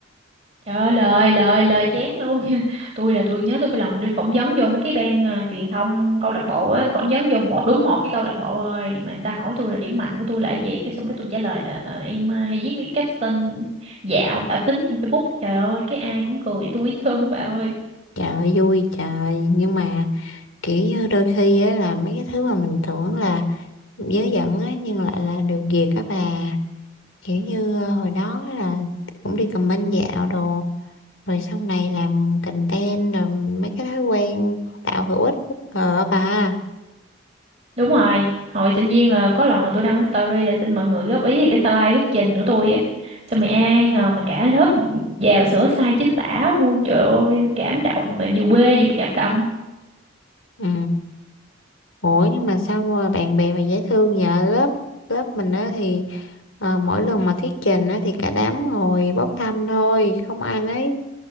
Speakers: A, on the right; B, on the left.
A: Trời ơi lời lời lời chán luôn <laughs> Tôi là tôi nhớ tôi cái lần đi phỏng vấn vô mấy cái ban à, truyền thông câu lạc bộ á Tôi phỏng vấn vô một đúng một cái câu lạc bộ thôi Mà người ta hỏi tôi là điểm mạnh của tôi là cái gì Cái xong cái tôi trả lời là ờ, em à, hay viết mấy cái caption dạo cả tính trên Facebook Trời ơi cái ai cũng cười tôi hết trơn bà ơi
B: trời ơi, vui trời nhưng mà kiểu như đôi khi á là mấy cái thứ mà mình tưởng là dớ dẫn á nhưng lại là được việc á bà kiểu như ờ, hồi đó là cũng đi comment dạo đồ rồi sau này làm content rồi mấy cái thói quen tạo hữu ích bất ngờ á bà
A: Đúng rồi hồi sinh viên là có lần là tôi đăng story là xin mọi người góp ý về cái slide thuyết trình của tôi á Xong rồi ai ngờ mà cả lớp vào sửa sai chính tả luôn Trời ơi cảm động mà vừa quê vừa cảm động
B: ừ. Ủa nhưng mà sao mà bạn bè mà dễ thương vậy lớp lớp mình á thì ờ, mỗi lần mà thuyết trình á thì cả đám ngồi bốc thăm thôi không ai nấy